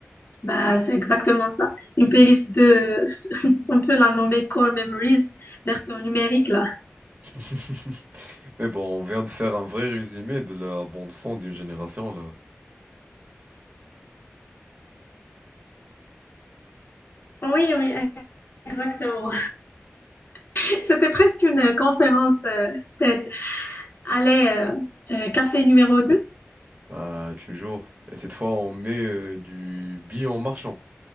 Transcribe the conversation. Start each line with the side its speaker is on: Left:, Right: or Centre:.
Left: Bah, c'est exactement ça. Une playlist de, <laughs> on peut la nommer Core Memories, version numérique là.
Right: <laughs> Mais bon, on vient de faire un vrai résumé de la bande son d'une génération là.
Left: Oui, oui, exactement. <laughs> C'était presque une euh, conférence euh, TED. Allez, euh, euh, café numéro deux
Right: Bah, toujours. Et cette fois, on met euh, du billet en marchant.